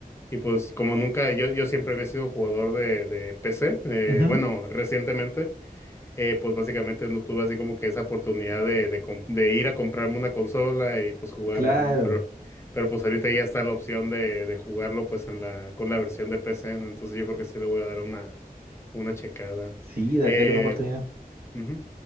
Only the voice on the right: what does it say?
Ujú,
claro.
Sí, da-
dale una oportunidad.